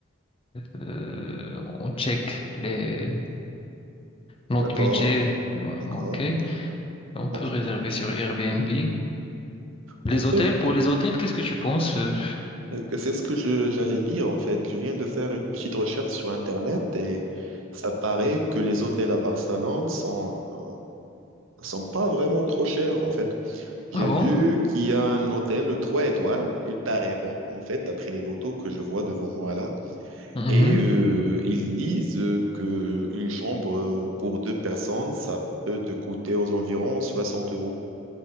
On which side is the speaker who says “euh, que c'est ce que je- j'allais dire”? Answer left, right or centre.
Right